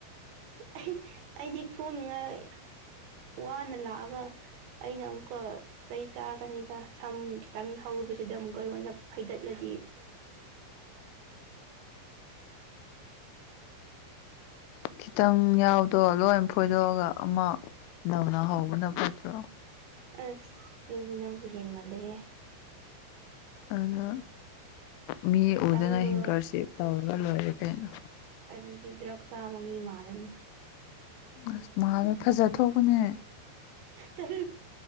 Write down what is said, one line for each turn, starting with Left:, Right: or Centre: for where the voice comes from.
Right: ꯑꯩ ꯑꯩꯗꯤ ꯁꯣꯡꯅꯤꯡꯉꯥꯏ ꯋꯥꯅ ꯂꯥꯛꯑꯒ ꯑꯩꯅ ꯑꯃꯨꯛꯀ ꯀꯩ ꯆꯥꯒꯅꯤꯗ ꯁꯝ ꯈꯤꯇꯪ ꯍꯧꯔꯨꯕꯁꯤꯗ ꯑꯃꯨꯛꯀ ꯂꯣꯏꯅ ꯐꯩꯗꯠꯂꯗꯤ <inaudible>
Left: ꯈꯤꯇꯪ ꯌꯥꯎꯗꯣ ꯂꯣꯏ ꯐꯣꯏꯗꯣꯛꯑꯒ ꯑꯃ ꯅꯧꯅ ꯍꯧꯕꯅ ꯐꯠꯇ꯭ꯔꯣ
Right: ꯑꯁ ꯃꯦꯖꯤ ꯅꯝ ꯨꯍꯤꯟ ꯃꯥꯂꯦꯦ
Left: ꯑꯗꯨꯅ ꯃꯤ
Right: ꯈꯤꯇꯪꯗꯣ
Left: ꯎꯗꯅ ꯍꯤꯡꯀꯔꯁꯤ ꯇꯧꯔꯒ ꯂꯣꯏꯔꯦ ꯀꯩꯅꯣ
Right: ꯀꯗꯤ ꯗ꯭ꯔꯛꯁꯥ ꯃꯃꯤ ꯃꯥꯔꯅꯤ
Left: ꯑꯁ ꯃꯥꯅ ꯐꯖꯊꯄꯅꯦ
Right: ꯇ